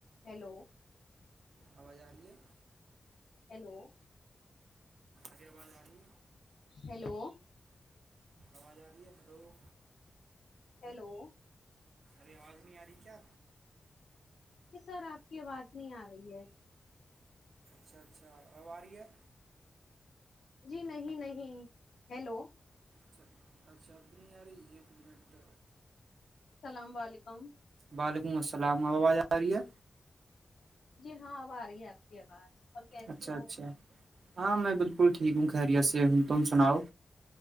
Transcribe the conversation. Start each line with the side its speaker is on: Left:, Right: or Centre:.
Left: ہیلو
Right: آواز آ رہی ہے
Left: ہیلو
Right: ہر آ باز آاری
Left: ہیلو
Right: آاز ج آ رہی ہے ہ لوگ
Left: ہیلو
Right: اےواز نہیں آ رہی کیا
Left: کہ سر آپ کی آواز نہیں آ رہی ہے
Right: اچھا اچھا آواری ہے
Left: جی نہیں نہیں ہیلو
Right: اچھا اچھا اب بھی نہیں آ رہی ایک منٹ
Left: السلام علیکم
Right: وعلیکم السلام آواز آ رہی ہے
Left: جی ہاں اب آ رہی ہے آپ کی آواز اور کیسے
Right: اچھا
Left: ہو
Right: اچھا ہاں میں بالکل ٹھیک ہوں خیریت سے ہ تم سناؤ